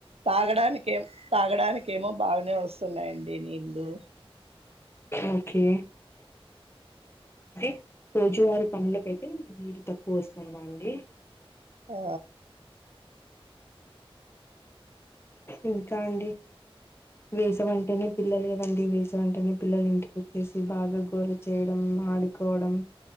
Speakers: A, on the right; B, on the left.
A: తాగడానినికి ఏం తాగడానికి ఏమో బా నే వస్తున్నాయండి నీళ్ళు.
B: ఓకే అంటే రోజువారి పనులకైతే నీరు తక్కువ వస్తుందా అండి.
A: ఆ
B: ఇంకా అండి వేసవంటేనే పిల్లలు కదండి. వేసవంటనే పిల్లలు ఇంటిక వచ్చేసి బాగా గోల చేయడం, ఆడుకోవడం